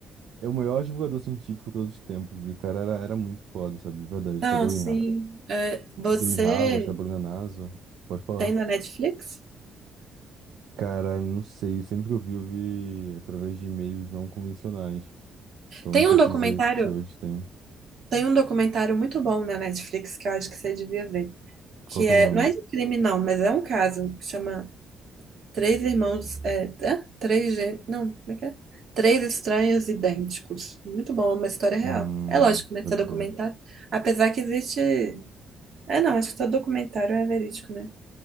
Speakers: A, on the right; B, on the right.
A: É o maior divulgador científico de todos os tempos. E o cara era, era muito foda, sabe? De verdade.
B: Não,
A: Trabalhou
B: sim.
A: em, Har-
B: É, você
A: em Harvard, trabalhou na NASA. Pode falar.
B: Tem na Netflix?
A: Cara, não sei. Sempre que eu vi, eu vi através de e-mails não convencionais. Então,
B: Tem
A: não sei
B: um documentário,
A: te dizer se hoje tem.
B: tem um documentário muito bom na Netflix que eu acho que você devia ver, que
A: Qual que
B: é,
A: é o nome?
B: não é de crime não, mas é um caso que chama Três Irmãos, é, é? Três, Gê- não, como é que é? Três Estranhos Idênticos. Muito bom, é uma história real.
A: Hum,
B: É lógico, né,
A: pode
B: que é documentário,
A: crer.
B: apesar que existe, é não, acho que todo documentário é verídico, né?